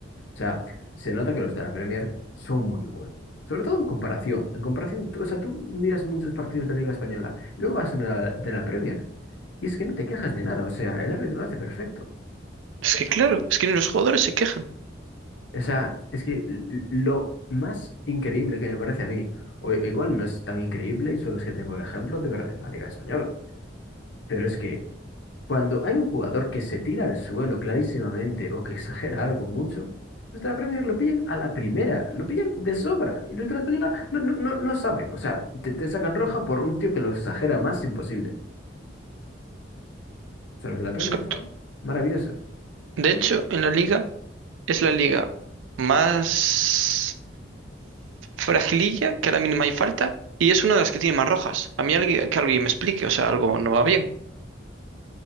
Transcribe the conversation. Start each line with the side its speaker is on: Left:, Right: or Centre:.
Left: O sea, se nota que los de la Premier son muy buenos. Sobre todo en comparación. En comparación, tú- o sea, tú miras muchos partidos de la Liga Española, luego vas a una de la Premier y es que no te quejas de nada. O sea, el árbitro lo hace perfecto.
Right: Es que claro, es que ni los jugadores se quejan.
Left: O sea, es que l- lo más increíble que me parece a mí, o o igual no es tan increíble, y solo es que tengo el ejemplo de ver en la Liga Española, pero es que cuando hay un jugador que se tira al suelo clarísimamente o que exagera algo mucho, nuestra Premier lo pillan a la primera, lo pillan de sobra, y nuestra Española no, no, no, no saben, o sea, te, te sacan roja por un tío que lo exagera más imposible. O sea, los de la Premier
Right: Exacto.
Left: son maravillosos,
Right: De
Left: ¿no?
Right: hecho, en la liga es la liga más fragililla, que a la mínima hay falta, y es una de las que tiene más rojas. A mí alguien, que alguien me explique, o sea, algo no va bien.